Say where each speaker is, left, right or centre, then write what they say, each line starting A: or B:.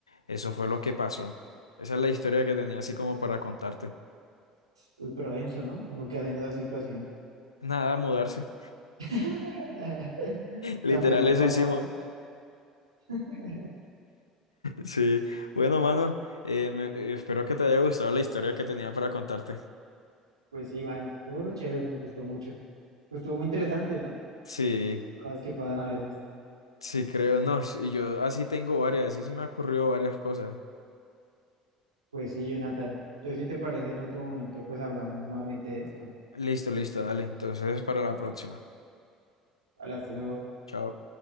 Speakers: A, on the left (about 85°); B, on the right (about 85°).
A: eso fue lo que pasó. Esa es la historia que tenía así como para contarte.
B: Uy, pero denso ¿no? Uno que hace en esas situaciones.
A: Nada, mudarse.
B: <laughs>
A: <laughs> Literal,
B: Cambiar de
A: eso
B: papa.
A: hicimos.
B: <laughs>
A: Sí. Bueno, mano, eh, me- eh, espero que te haya gustado la historia que tenía para contarte.
B: Pues sí, vale, estuvo re chévere, me gustó mucho. Pues estuvo muy interesante, ¿no?
A: Sí,
B: Cosas que pasan a veces.
A: sí, creo, no, sí, yo así tengo varias, así se me ocurrió varias cosas.
B: Pues sí, Jonathan. Entonces, si te parece, en otro momento, pues hablamos nuevamente de esto.
A: Listo, listo, dale. Entonces, para la próxima.
B: Vale, hasta luego.
A: Chao.